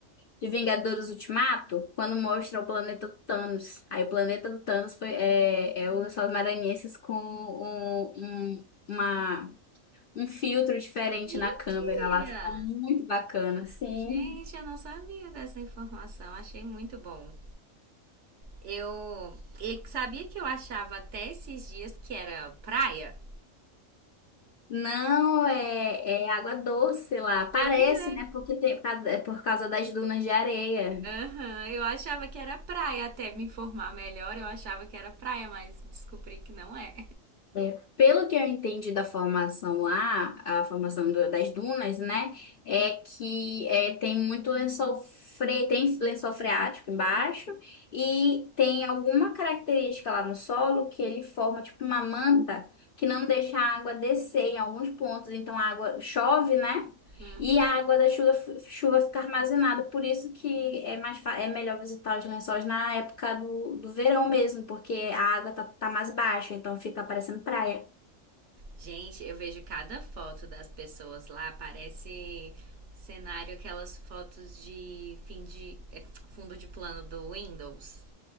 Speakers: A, on the left (about 60°); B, on the right (about 60°).
A: de Vingadores Ultimato, quando mostra o planeta do Thanos. Aí o planeta do Thanos foi, é, é o lençóis maranhenses com um, um, uma, um filtro diferente
B: Mentira!
A: na câmera lá. Ficou muito bacana, sim.
B: Gente, eu não sabia dessa informação. Achei muito bom. Eu, eu sabia que eu achava até esses dias que era praia.
A: Não, é, é água doce lá. Parece,
B: Pois é.
A: né? Porque tem, é por causa das dunas de areia.
B: Aham, eu achava que era praia, até me informar melhor, eu achava que era praia, mas descobri que não é.
A: É, pelo que eu entendi da formação lá, a formação do- das dunas, né, é que é, tem muito lençol fre, tem lençol freático embaixo e tem alguma característica lá no solo que ele forma tipo uma manta que não deixa a água descer em alguns pontos, então a água chove, né?
B: Hum.
A: E a água da chuva, chuva fica armazenada, por isso que é mais, fa- é melhor visitar os lençóis na época do, do verão mesmo, porque a água tá, tá mais baixa, então fica parecendo praia.
B: Gente, eu vejo cada foto das pessoas lá, parece cenário, aquelas fotos de fim de é, fundo de plano do Windows.